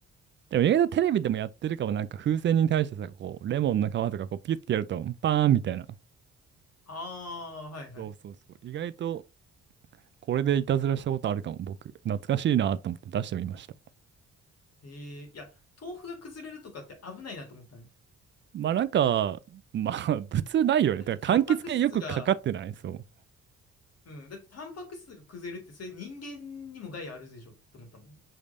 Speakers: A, on the right; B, on the left.
A: でも意外とテレビでもやってるかもなんか風船に対してさ、こうレモンの皮とかこうピュッてやるとパーンみたいな。
B: ああ、はいはい。
A: そうそうそう。意外とこれでいたずらしたことあるかも僕。懐かしいなと思って出してみました。
B: えー、いや、豆腐が崩れるとかって危ないなと思ったね。
A: まあなんか、まあ <laughs> 普通ないよね。
B: だって、
A: だから柑橘系よくかかってないそう。
B: タンパク質が、うん、だって、タンパク質が崩れるって、それ人間にも害あるでしょって思ったもんね。